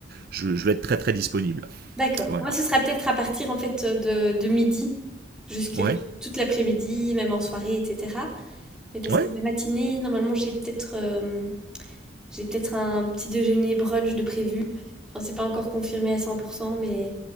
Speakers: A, on the right; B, in the centre.
A: je, je vais être très très disponible.
B: D'accord.
A: Voilà.
B: Moi, ce sera peut-être à partir en fait de, de midi jusque
A: Ouais,
B: toute l'après-midi, même en soirée, etc. Mais parce
A: ouais,
B: que la matinée, normalement, j'ai peut-être euh, J'ai peut-être un petit déjeuner brunch de prévu. Enfin, c'est pas encore confirmé à 100%, mais,